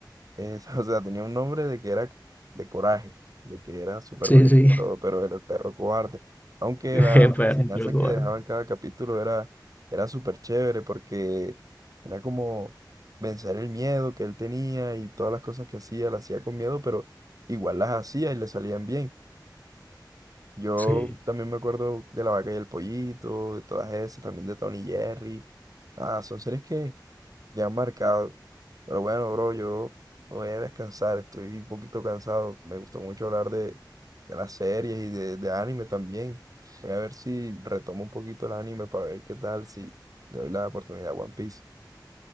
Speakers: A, on the right; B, on the left.
A: Es- <laughs> o sea, tenía un nombre de que era de coraje, de que era súper
B: Sí,
A: valiente
B: sí.
A: y todo, pero era el perro cobarde. Aunque
B: <laughs>
A: la,
B: El
A: las
B: perro
A: enseñanzas
B: cobarde.
A: que dejaba en cada capítulo era, era súper chévere porque era como vencer el miedo que él tenía y todas las cosas que hacía, las hacía con miedo, pero igual las hacía y le salían bien. Yo
B: Sí.
A: también me acuerdo de La Vaca y el Pollito, de todas esas, también de Tony y Jerry. Ah, son series que ya han marcado. Pero bueno, bro, yo voy a descansar, estoy un poquito cansado. Me gustó mucho hablar de, de las series y de, de anime también. Voy a ver si retomo un poquito el anime para ver qué tal, si le doy la oportunidad a One Piece.